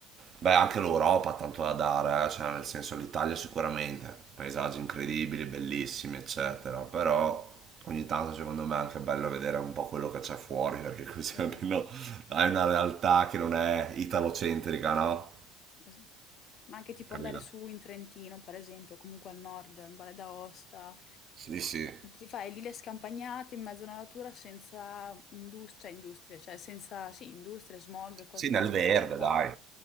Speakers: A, on the right; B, on the left.
A: Beh, anche l'Europa ha tanto da dare, eh, Cioè, nel senso l'Italia sicuramente,
B: Sì, sì,
A: paesaggi incredibili, bellissimi, eccetera. Però ogni tanto secondo me è anche bello vedere un po' quello che c'è fuori, perché così
B: esatto.
A: <laughs> almeno hai una realtà che non è italocentrica, no?
B: Esatto. Ma anche tipo
A: Capito?
B: andare su in Trentino, per esempio, comunque al nord, in Valle d'Aosta,
A: Sì, sì.
B: ti fai lì le scampagnate in mezzo alla natura senza indus- cioè, industrie, cioè senza, sì, industrie, smog, cose
A: Sì, nel
B: così
A: verde,
B: della città.
A: dai.